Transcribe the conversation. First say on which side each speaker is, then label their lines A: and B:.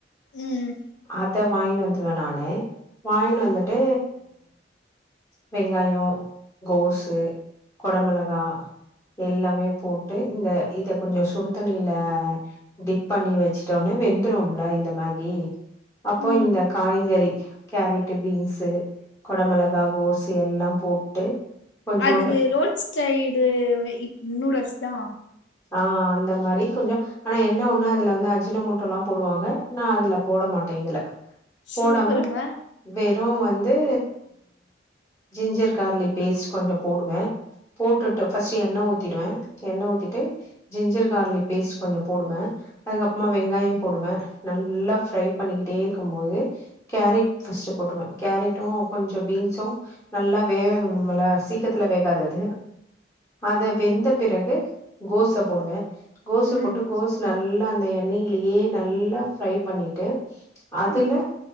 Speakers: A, on the left; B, on the left.
A: ம்
B: அத வாங்கின் வந்துருவே நானு வாங்கினு வந்துட்டு வெங்காயோ கோசு கொட மிளகா எல்லாமே போட்டு இந்த இத கொஞ்சோ சுடுதண்ணிலா டிப் பண்ணி வச்சுட்டோனே வெந்துரும்லா இந்த மேகி அப்போ
A: ம்
B: இந்த காய்கறி கேரட்டு் பீன்ஸ் கொடமிளகாய் கோசு எல்லாம் போட்டு கொஞ்சோண்டு
A: அதுக்கு ரோட்ச் சைடு வ இ நூடுல்ஸ் தா
B: ஆ அந்த மாரி கொஞ்ச ஆனா என்ன ஒண்ணு அதுல வந்து அஜின மோட்டோல்லா போடுவாங்க நா அதுல போட மாட்டே இதுல போடாம
A: சூப்பருங்க
B: வெறு வந்து ஜிஞ்சர் கார்லி பேஸ்ட் கொஞ்ச போடுவே போட்டுட் ஃபஸ்ட் எண்ண ஊத்திடுவே எண்ண ஊத்திட்டு ஜிஞ்சர் கார்லிக் பேஸ்ட் கொஞ்ச போடுவே அதுக்கப்புறமா வெங்காயோ போடுவே நல்லா ஃப்ரை பண்ணிக்கிட்டே இருக்கும்போது கேரட் பர்ஸ்ட் போட்டுருவே கேரட்டு கொஞ்ச பீன்ஸு நல்லா வேகனும்ல சீக்கத்துல வேகாது அது அது வெந்த பிறகு கோஸ போடுவே கோஸ
A: ம்
B: போட்டு கோஸ் நல்லா அந்த எண்ணெய்லியே நல்லா ஃப்ரை பண்ணிட்டு அதுல
A: ம்